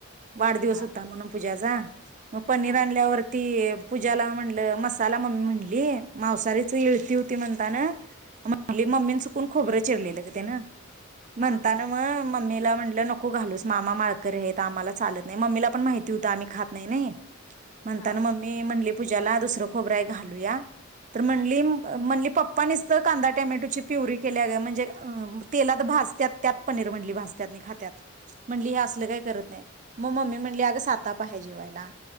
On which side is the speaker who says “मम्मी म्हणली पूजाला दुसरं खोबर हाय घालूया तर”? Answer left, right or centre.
Right